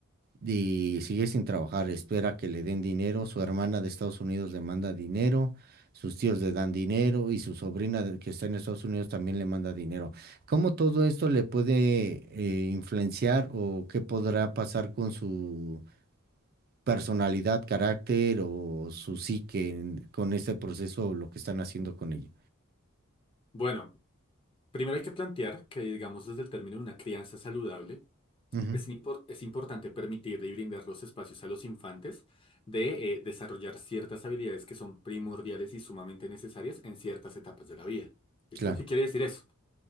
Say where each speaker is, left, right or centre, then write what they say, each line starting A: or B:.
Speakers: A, on the right; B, on the left.
A: y sigue sin trabajar, espera que le den dinero, su hermana de Estados Unidos le manda dinero, sus tíos le dan dinero y su sobrina de- que está en Estados Unidos también le manda dinero. ¿Cómo todo esto le puede eh, influenciar o qué podrá pasar con su personalidad, carácter o su psique en- con este proceso o lo que están haciendo con ella?
B: Bueno, primero hay que plantear que, digamos, desde el término de una crianza saludable,
A: Ujú,
B: es, impor- es importante permitir y brindar los espacios a los infantes de eh, desarrollar ciertas habilidades que son primordiales y sumamente necesarias en ciertas etapas de la vida. ¿Listo?
A: claro,
B: ¿Qué quiere decir eso?